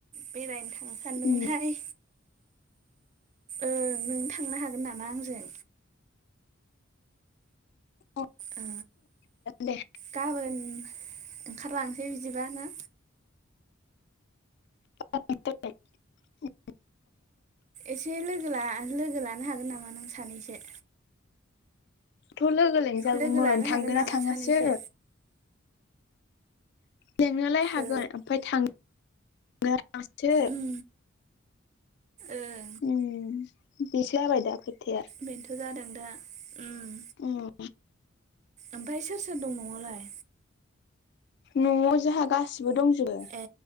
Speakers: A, on the right; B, on the left.
A: बेरायनो थांनो सानदोंमोनहाय
B: उम
A: ओं। नों थांनो हागोन नामा आंजों।
B: औ
A: ओ
B: दे
A: गाबोन ओंखारलांसै बिदिबा ना।
B: <unintelligible>
A: एसे लोगो लानो हागोन नामा नों सानैसो।
B: थ' लोगो लिंजागौमोन
A: लोगो लानो हागोन
B: थांगोना
A: नामा
B: थाङासो।
A: सानैसो
B: लेंनोलाय हागोन
A: ओ
B: ओमफाय थांगोना थांआसो।
A: उम ओं
B: उम। बेसो जाबायदा खोथाया।
A: बेनोथ' जादों दा। ओम।
B: ओम।
A: ओमफाय सोर सोर दं न'वावलाय।
B: न'आव जोंहा गासिबो दंजोबो।
A: ए।